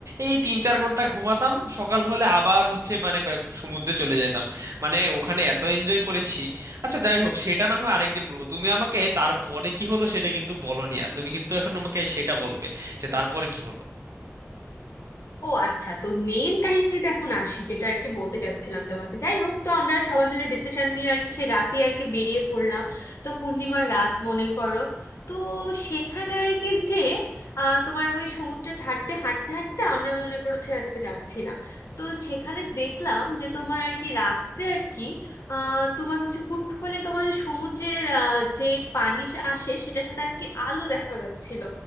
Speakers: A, on the right; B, on the left.
A: এই তিন চার ঘন্টা ঘুমাতাম সকাল হলে আবার হচ্ছে মানে ব্যাক সমুদ্রে চলে যেতাম মানে ওখানে এত এনজয় করেছি আচ্ছা যাই হোক সেটা না হয় আরেকদিন বলবো তুমি আমাকে তারপরে কি হলো সেটা কিন্তু বলোনি আর তুমি কিন্তু এখন আমাকে সেটা বলবে যে তারপরে কি হলো
B: ও আচ্ছা তো মেইন কাহিনীতে এখন আসি যেটা আর কি বলতে চাচ্ছিলাম তোমাকে যাই হোক তো আমরা সবাই মিলে ডিসিশন নিয়ে আর কি সে রাতে আর কি বেরিয়ে পড়লাম তো পূর্ণিমার রাত মনে করো তো সেখানে আর কি যে আহ, তোমার ওই সমুদ্রের ধারতে হাঁটতে হাঁটতে আমরা মনে করো ছেড়াদ্বীপে যাচ্ছিলাম তো সেখানে দেখলাম যে তোমার আর কি রাতে আর কি আহ, তোমার হচ্ছে হুট করে তোমার যে সমুদ্রের আহ, যে পানি আসে সেটার সাথে আর কি আলো দেখা যাচ্ছিল